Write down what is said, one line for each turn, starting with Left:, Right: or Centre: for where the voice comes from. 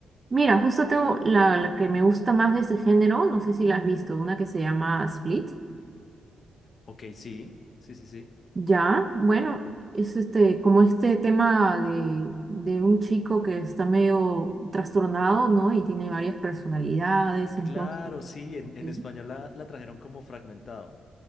Right: Mira, justo tengo la, la que me gusta más de este género, no sé si la has visto, una que se llama Split.
Left: Ok, sí, sí, sí, sí.
Right: Ya, bueno, es este, como este tema de, de un chico que está medio trastornado, ¿no? Y tiene varias personalidades,
Left: Claro,
Right: entonces,
Left: sí, en, en
Right: sí,
Left: español la, la trajeron como fragmentado.